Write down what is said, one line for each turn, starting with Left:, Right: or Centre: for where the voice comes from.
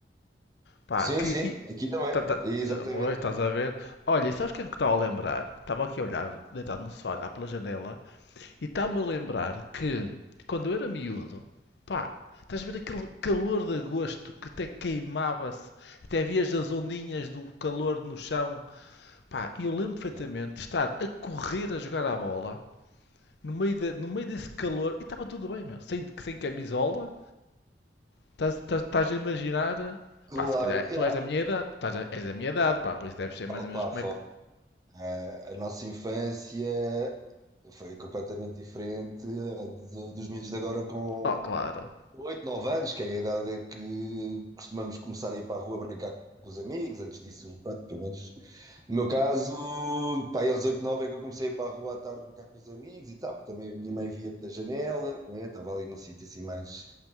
Left: Pá,
Right: sim,
Left: que.
Right: sim,
Left: E,
Right: aqui também.
Left: tá, tá, tá-
Right: Exatamente.
Left: pois, estás a ver? Olha, e sabes quem é que estava a lembrar? Estava aqui a olhar, deitado no sofá, a
Right: Yeah.
Left: olhar pela janela, e está-me a lembrar que, quando eu era miúdo, pá, estás a ver aquele calor de agosto que até queimava-se, até havia as ondinhas do calor no chão. Pá, eu lembro perfeitamente
Right: Uhum.
Left: de estar a correr a jogar a bola no meio, de- no meio desse calor e estava tudo bem, meu. Sem, sem camisola, estás, estás- estás a imaginar.
Right: Claro,
Left: Pá, se calhar
Right: yeah.
Left: tu és da minha idade, estás a- és da minha idade, pá, por isso deves ser mais
Right: Opa,
Left: ou menos como
Right: foi,
Left: é que.
Right: eh, a nossa infância foi completamente diferente eh, do- dos miúdos de agora com
Left: Oh, claro.
Right: 8 9 anos, que é a idade que costumamos começar a ir para a rua brincar com os amigos, antes disso, pronto, pelo menos No meu caso, pá, aí aos 8, 9 é que eu comecei a ir para a rua à tarde brincar com os amigos e tal, porque também a minha mãe via-me da janela, né? Estava ali num sítio assim mais,